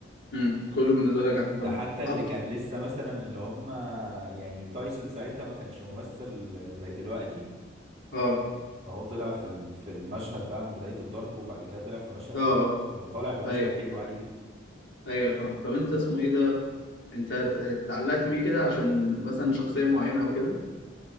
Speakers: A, on the left; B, on the right.
A: امم كله بالنسبة لك احسن طب
B: ده حتى اللي
A: أكتر.
B: كان لسه مثلا اللي هم يعني تايسون ساعتها ما كانش ممثل زي دلوقتي
A: اه
B: هو طلع في ال- في المشهد بقى من بداية الضرب وبعد كده طلع في مشهد
A: اه
B: كمان
A: اه
B: هو طالع بمشهد
A: ايوه
B: حلو عادي جدا
A: ايوه فاهم طب انت اسمه ايه ده انت ات- اتعلقت بيه كده عشان مثلا شخصية معينة او كده